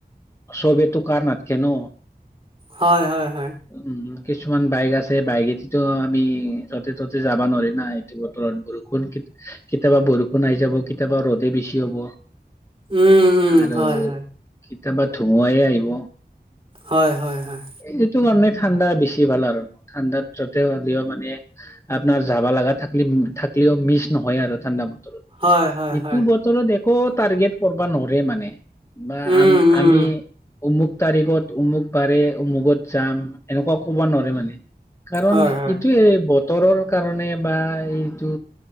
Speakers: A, on the left; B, on the right.
A: চবে টো কাৰ নাথাকে ন
B: হয়, হয়, হয়।
A: উম কিছুমান বাইক আছে বাইকে দিটো আমি য'তে ত'তে যাব নোৱাৰো না এইটো বতৰত বৰষুণ কেতিয়াবা বৰষুণ আহি যাব কেতিয়াবা ৰ'দ বেছি হ'ব
B: উম উম
A: আৰু
B: হয় হয়
A: কেতিয়াবা ধুমুহায়েইে আহিব
B: হয়, হয়, হয়।
A: এইটো কাৰণে ঠাণ্ডা বেছি ভাল আৰু ঠাণ্ডাত যতে হ'লেও মানে আপোনাৰ যাবা লাগা থাকলি <unintelligible> মিছ নহয় আৰু ঠাণ্ডা বতৰত
B: হয়, হয়,
A: এইটো
B: হয়।
A: বতৰত একো টাৰ্গেট কৰবা নৰে মানে বা
B: উম
A: আম
B: উম
A: আমি উমুক তাৰিখত, উমুক বাৰে, উমুকত যাম এনেকুৱা কব নোৱাৰে মানে কাৰণ
B: হয়
A: এইটোয়ে
B: হয়
A: বত বতৰৰ কাৰণে বা এইটো